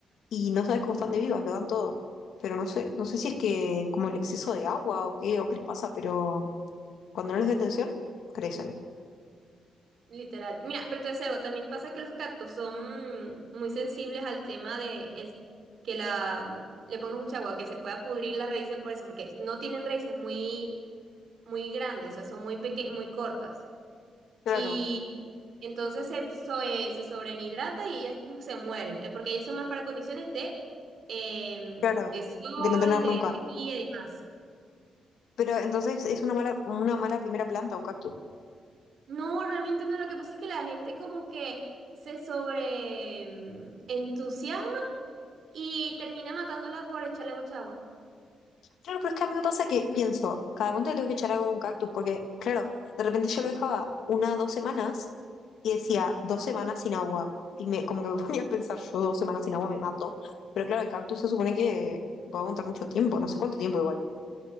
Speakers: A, on the left; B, on the right.
A: Y no sabes cómo están de vivas, lo dan todo. Pero no sé, no sé si es que como el exceso de agua o qué, o qué les pasa, pero cuando no les doy atención, crecen.
B: Literal. Mira, pero te voy a decir algo, también pasa que los cactus son mm, muy sensibles al tema de es- que la le pongas mucha agua, que se pueda pudrir las raíces por eso, porque no tienen raíces muy, muy grandes, o sea, son muy peque muy cortas.
A: Claro,
B: Y entonces se, so- eh, se sobrehidrata y ellas se mueren, eh, porque ellas son más para condiciones de, em,
A: claro,
B: de sol,
A: de no tener
B: de
A: nunca.
B: sequía y demás.
A: Pero entonces es una mala, una mala primera planta, un cactus.
B: No, realmente no, lo que pasa es que la gente como que se sobre mm, entusiasma Y termina matándola por echarle mucha agua.
A: Claro, pero es que a mí me pasa que pienso, cada cuánto le tengo que echar algo a un cactus, porque, claro, de repente yo lo dejaba una, dos semanas y decía, dos semanas sin agua. Y me, como que me <laughs> ponía a pensar, yo dos semanas sin agua me mato. Pero claro, el cactus se supone que puede aguantar mucho tiempo, no sé cuánto tiempo igual.